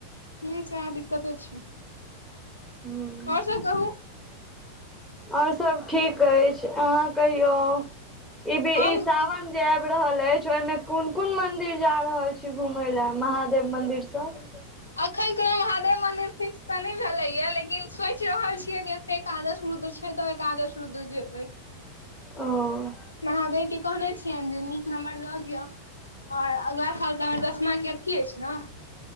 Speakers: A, on the left; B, in the centre.
A: ह छै दिक्कते छै
B: हूँ
A: ओर सब कहू
B: ओर सब ठीक अछि अहाँ कहियो ई भी
A: हम
B: ई सावन जे आबि रहल अछि ओहिमे कोन कोन मंदिर जा रहल छी घुमय ल महादेव मंदिर सब
A: अखन कोनो महादेव मंदिर फिक्स तऽ नहि भेले या लेकिन सोचि रहल छियै जे एते एकादश रुद्र छै तऽ एकादश रुद्र जेबै
B: ओ
A: महादेव के कहने छियै जे नीक नम्बर दऽ दियअ आऔर अगिला साल तऽ हमर दसमा के अथी अछि न